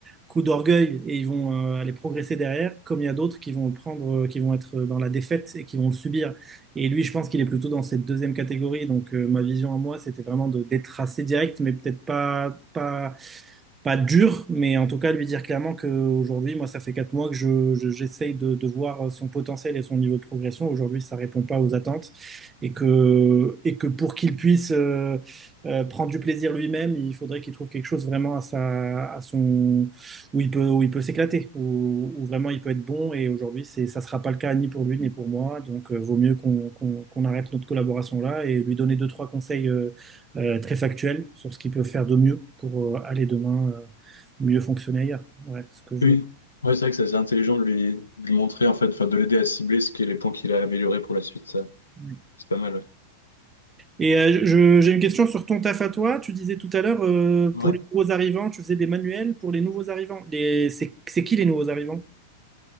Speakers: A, on the right; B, on the left.
A: coup d'orgueil et ils vont euh, aller progresser derrière, comme il y a d'autres qui vont le prendre, euh, qui vont être dans la défaite et qui vont le subir. Et lui, je pense qu'il est plutôt dans cette deuxième catégorie. Donc euh, ma vision à moi, c'était vraiment de d'être assez direct, mais peut-être pas pas pas dur, mais en tout cas lui dire clairement que aujourd'hui, moi, ça fait quatre mois que je, je- j'essaye de, de voir son potentiel et son niveau de progression. Aujourd'hui, ça répond pas aux attentes et que, et que pour qu'il puisse euh, euh, prendre du plaisir lui-même, il faudrait qu'il trouve quelque chose vraiment à sa, à son, où il peut, où il peut s'éclater, où, où vraiment il peut être bon. Et aujourd'hui, c'est, ça sera pas le cas ni pour lui ni pour moi. Donc, euh, vaut mieux qu'on qu'on, qu'on arrête notre collaboration là et lui donner deux, trois conseils euh, euh, très factuels sur ce qu'il peut faire de mieux pour euh, aller demain euh, mieux fonctionner ailleurs. Ouais, ce que je.
B: Oui, ouais, c'est vrai que ça, c'est intelligent de lui, de lui montrer, en fait, enfin, de l'aider à cibler ce qui est les points qu'il a améliorés pour la suite, ça.
A: ouais.
B: C'est pas mal, ouais.
A: Et euh, je- j'ai une question sur ton taf à toi. Tu disais tout à l'heure, euh, pour
B: Ouais.
A: les nouveaux arrivants, tu faisais des manuels pour les nouveaux arrivants. Les... C'est c'est qui les nouveaux arrivants?